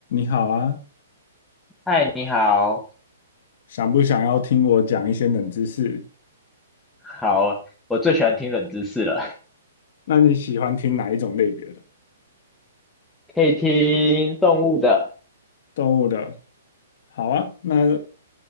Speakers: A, on the left; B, in the centre.
A: 你好啊，
B: 嗨，你好，
A: 想不想要听我讲一些冷知识？
B: 好，我最喜欢听冷知识了。
A: 那你喜欢听哪一种类别的？
B: <laughs> 可以听动物的，
A: 动物的？好啊，那